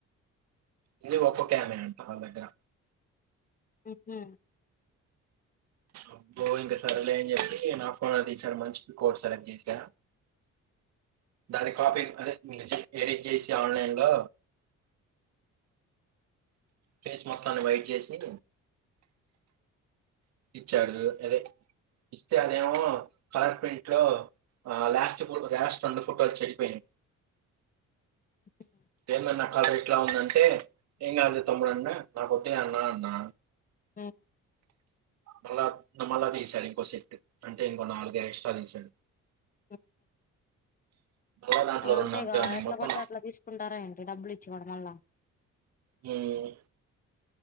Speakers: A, on the right; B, on the left.
A: ఇది ఒక్కొక్కయాభై అంట ఆళ్ళ దగ్గర
B: మ్మ్ హు
A: అబ్బో ఇంక సరేలే అని జేప్పి నా ఫోనే దీసాను మంచి పిక్ ఒకటి సెలెక్ట్ జేసా, దాని కాపీ అదే నీకు నచ్చింది ఎడిట్ జేసి ఆన్లైన్ లో. ఫేస్ మొత్తాన్ని వైట్ జేసి ఇచ్చాడు అదే ఇస్తే అదేమో కలర్ ప్రింట్ లో ఆహ్ లాస్ట్ ఫోట్ లాస్ట్ రెండు ఫోటోలు చెడిపోయినాయ్.
B: <unintelligible>
A: ఎందన్నా కాత ఇట్ల ఉందంటే ఏం గాదులే తొమ్ముడన్న నా కొద్దే అన్నా అన్నా.
B: ఉహు
A: మళ్ళ నమళ్ళదీశాడి ఒ సెట్ అంటే ఇంకో నాలుగ్ ఎక్స్‌ట్రా దీసాడు
B: ఆ <unintelligible>
A: <unintelligible> దాంట్లో
B: అంతేగా
A: రెండు అంతే ఉన్నాయి
B: ఎట్లా
A: మొత్తం
B: బడితే అట్లా తీసుకుంటారా ఏంటి డబ్బులి. చుడాదెల్దా
A: మ్మ్